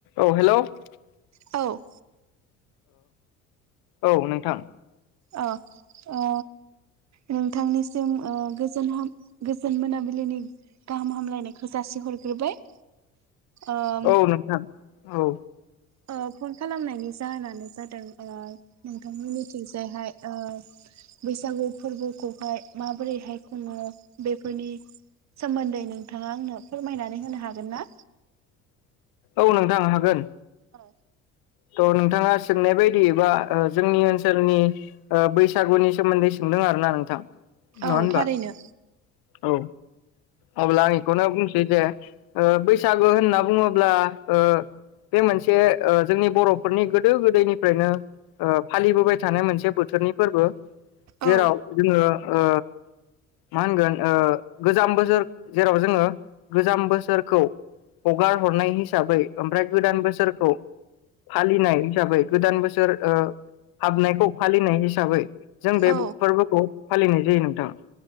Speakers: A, on the left (about 60°); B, on the right (about 40°).
A: औ हेलौ <inaudible>
B: औ
A: ओ औ नोंथां।
B: अ ओ नोंथांनिसिम ओ गोजोन हाम गोजोन मोनाबिलिनि गाहाम हामलायनायखौ जासिहरग्रोबाय। ओम
A: औ नोंथां औ।
B: औ फन खालामनायनि जाहोनानो जादों ओ नोंथांमोननिथिंजायहाय ओ बैसागु फोरबोखौहाय माबोरैहाय खुङो बेफोरनि सोमोन्दै नोंथाङा आंनो फोरमायनानै होनो हागोन ना?
A: औ नोंथां हागोन।
B: औ
A: थ' नोंथाङा सोंनाय बायदियैबा ओ जोंनि ओनसोलनि ओ बैसागुनि सोमोन्दै सोंदों आरो ना नोंथां?
B: औ
A: नङा होनबा?
B: थारैनो
A: औ। अब्ला आं बेखौनो बुंसै जे ओ बैसागो होनना बुङोब्ला ओ बे मोनसे ओ जोंनि बर'फोरनि गोदो गोदैनिफ्रायनो ओ फालिबोबाय थानाय मोनसे बोथोरनि फोरबो। जेराव
B: औ
A: जोङो ओ मा होनगोन ओ गोजाम बोसोर जेराव जोङो गोजाम बोसोरखौ हगार हरनाय हिसाबै ओमफ्राय गोदान बोसोरखौ फालिनाय हिसाबै गोदान बोसोर ओ हाबनायखौ फालिनाय हिसाबै जों बे
B: औ
A: फोरबोखौ फालिनाय जायो नोंथां।